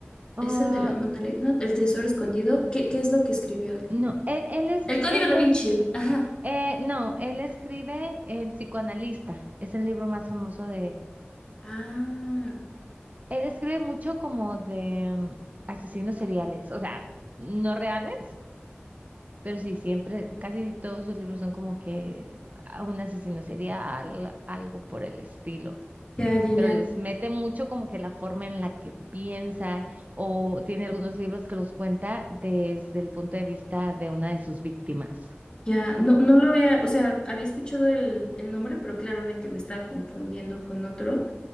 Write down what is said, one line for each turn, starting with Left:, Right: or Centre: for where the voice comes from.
Right: Ah,
Left: es el de la Mona Lisa, ¿no? El tesoro escondido. ¿Qué, qué es lo que escribió él?
Right: no, él, él es,
Left: El código
Right: él
Left: da
Right: es,
Left: Vinci.
Right: cre-
Left: Ajá.
Right: eh, no, él escribe El psicoanalista, es el libro más famoso de él.
Left: Ah,
Right: Él escribe mucho como de mm, asesinos seriales, o sea, no reales, Pero sí, siempre, casi todos sus libros son como que a un asesino serial, algo por el estilo.
Left: ya, ya, ya.
Right: Pero les mete mucho como que la forma en la que piensan, o tiene algunos libros que los cuenta desde el punto de vista de una de sus víctimas.
Left: Ya, no, no lo había, o sea, había escuchado el, el nombre, pero claramente me estaba confundiendo con otro.